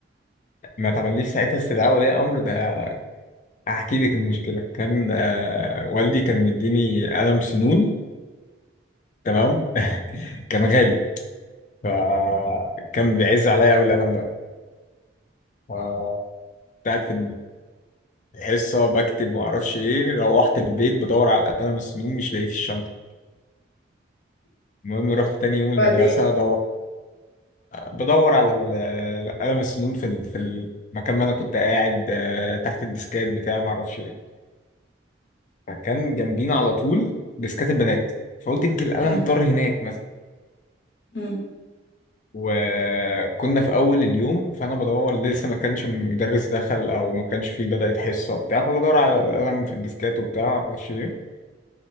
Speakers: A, on the left (about 40°); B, on the left (about 70°).
A: ما تعمليش ساعتها استدعاء ولي أمر ده هحكي لك المشكلة كان آه... والدي كان مديني قلم سنون تمام <laughs> كان غالي فكان بيعز عليا أوي القلم ده ف- كنت قاعد في الحصة بكتب ومعرفش إيه روحت البيت بدور على قلم السنون مش لاقيه في الشنطة المهم رحت تاني يوم المدرسة
B: بعدين
A: أدور بدور على ال- قلم السنون في ال- في المكان ما انا كنت قاعد آه، تحت الديسكات بتاعي ما اعرفش ايه فكان جنبينا على طول ديسكات البنات فقلت يمكن القلم
B: امم
A: طار هناك مثلا
B: امم
A: وكنا في اول اليوم فانا بدور لسه ما كانش مدرس دخل او ما كانش فيه بدأت حصه وبتاع فبدور على القلم في الديسكات وبتاع ما اعرفش ايه